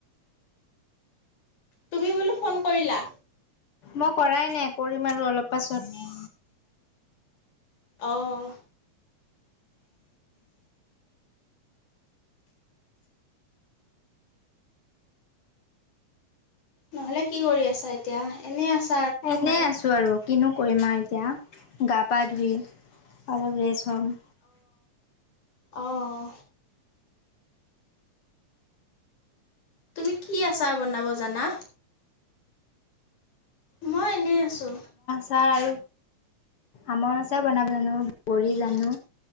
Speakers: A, on the left; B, on the left.
A: তুমি বোলো ফোন কৰিলা?
B: মই কৰাই নাই কৰিম আৰু অলপ পাছত।
A: অহ। নহলে কি কৰি আছা এতিয়া? এনে আছ
B: এনেই আছো আৰু কিনো কৰিম আ এতিয়া, গা পা ধুই অলপ ৰেষ্ট সম।
A: অঁহ। তুমি কি আচাৰ বনাব জানা? মই এনেই আছো।
B: ভাল? আমৰ আচাৰ বনাব জানো, বগৰি জানো,